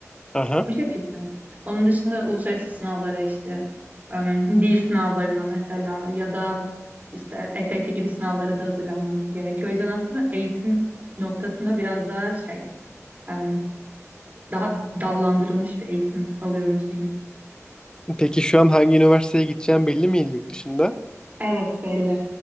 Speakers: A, on the left; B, on the right.
A: Aha.
B: Bu şekilde. Onun dışında uluslararası sınavlara işte em, dil sınavlarına mesela ya da işte SAT gibi sınavlara da hazırlanmamız gerekiyor. O yüzden aslında eğitim noktasında biraz daha şey em, daha dallandırılmış bir eğitim alıyoruz diyeyim.
A: Peki şu an hangi üniversiteye gideceğim belli mi yurt dışında?
B: Evet belli.